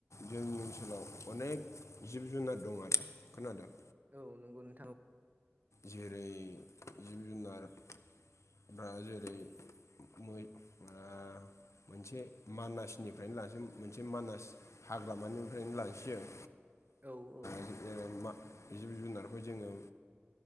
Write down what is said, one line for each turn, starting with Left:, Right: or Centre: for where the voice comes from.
Left: जोंनि ओनसोलाव अनेक जिब जुनार दं आदा खोनादोंं।
Right: औ नंगौ ना।
Left: जेरै जिब जुनार दा जेरै मै ओ मोनसे मानासनिफ्रायनो लासै मोनसे मानास हाग्रामानिफ्रायनो लांसै आं
Right: औ औ।
Left: ा जिब जुनारखौ जोङो।